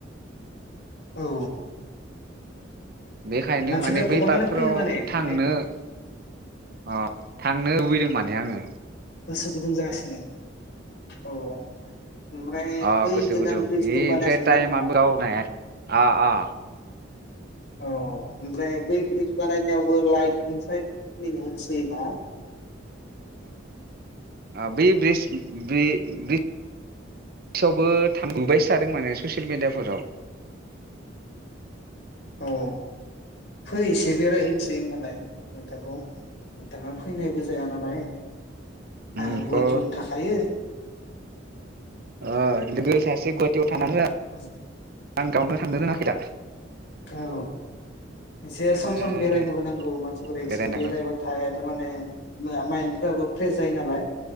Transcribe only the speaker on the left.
औ
मानसिफ्रा
गोबाङानो
फैयो माने ओंखायनोथ'
गोसो गुदुं जागासिनो औ ओमफ्राय
बै
गोदान
ब्रिजबो
बानायखांबाय
नङा
औ ओमफ्राय बै ब्रिज बानायनायावबो लाइटिं साइटिं होसोयो ना
औ फै एसे बेरायहैनोसै होमबालाय नोंथांखौ नोंथाङा फैनायबो जाया नालाय
आं गुवाटीयावनो
थाखायो
औ
औ एसे
सम सम बेरायनोबो नांगौ मानसिफोरा एसे
बेरायबाथाय माने माइन्दफ्राबो फ्रेश जायो नालाय